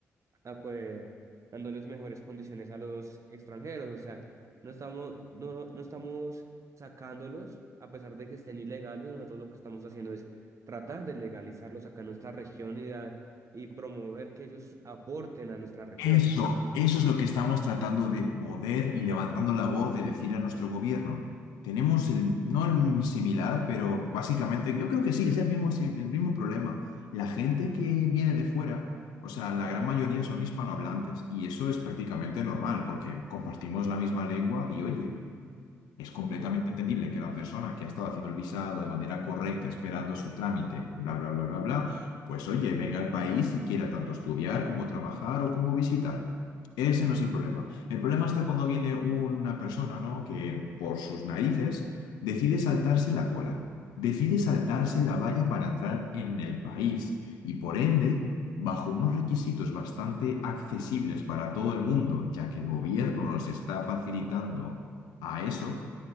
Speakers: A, on the right (about 45°); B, on the left (about 75°).
A: acue- dándoles mejores condiciones a los extranjeros. O sea, no estamos, no, no estamos sacándolos, a pesar de que estén ilegales, nosotros lo que estamos haciendo es tratar de legalizarlos acá en nuestra región y, da- y promover que ellos aporten a nuestra región.
B: Eso, eso es lo que estamos tratando de poder y levantando la voz de decir a nuestro gobierno. Tenemos el, no el similar, pero básicamente yo creo que sí, es el mismo, si- el mismo problema. La gente que viene de fuera, o sea, la gran mayoría son hispanohablantes y eso es prácticamente normal porque compartimos la misma lengua y oye, es completamente entendible que la persona que ha estado haciendo el visado de manera correcta, esperando su trámite, bla, bla, bla, bla, bla, pues oye, venga al país y quiera tanto estudiar como trabajar o como visitar. Ese no es el problema. El problema está cuando viene una persona, ¿no? Que por sus narices decide saltarse la cola, decide saltarse la valla para entrar en el país y por ende, bajo unos requisitos bastante accesibles para todo el mundo, ya que el gobierno los está facilitando a eso,